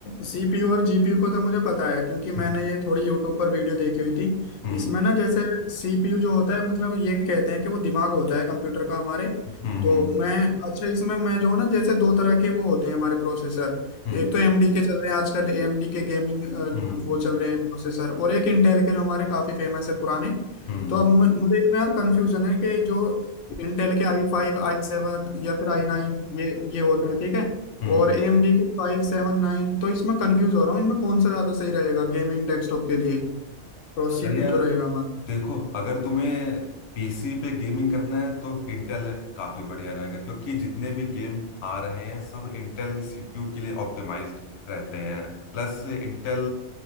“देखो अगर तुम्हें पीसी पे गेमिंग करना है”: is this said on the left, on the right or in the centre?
Left